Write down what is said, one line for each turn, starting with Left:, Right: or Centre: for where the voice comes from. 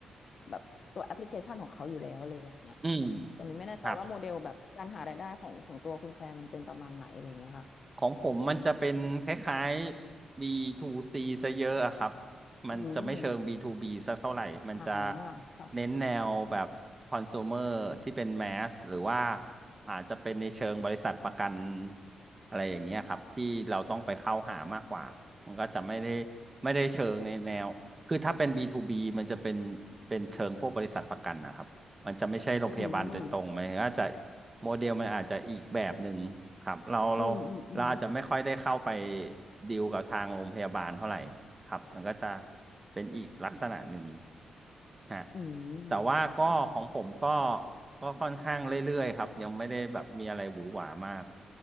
Left: แบบตัวแอปพลิเคชันของเขาอยู่แล้วอะไรอย่างเงี้ย
Right: อืม
Left: แต่มินไม่แน่ใจว่าโมเดลแบบการหารายได้ของของตัวคุณแฟร์มันเป็นประมาณไหนอะไรอย่างเงี้ยค่ะ
Right: ครับ ของผมมันจะเป็นคล้ายๆ B2C ซซะเยอะอะครับ มันจะไม่เชิง
Left: อืม
Right: B2B สักเท่าไหร่มันจะ
Left: อ่าค่ะ
Right: เน้นแนวแบบคอน sumer ที่เป็นแมสหรือว่าอาจจะเป็นในเชิงบริษัทประกันอะไรอย่างเงี้ยครับที่เราต้องไปเข้าหามากกว่ามันก็จะไม่ได้ไม่ได้เชิงในแนว คือถ้าเป็น B2B มันจะเป็นเป็นเชิงพวกบริษัทประกันนะครับ มันจะไม่ใช่โรงพยาบาลโดยตรงมันอาจจะ
Left: อืมอืม
Right: โมเดลมันอาจจะอีกแบบหนึ่งครับเราเราเราอาจจะไม่ค่อยได้เข้าไป
Left: อืมอืม
Right: ดีลกับทางโรงพยาบาลเท่าไหร่ครับมันก็จะเป็นอีกลักษณะหนึ่งฮะ
Left: อืม
Right: แต่ว่าก็ของผมก็
Left: แล้ว
Right: ก็ค่อนข้างเรื่อยๆครับยังไม่ได้แบบมีอะไรหวือหวามาก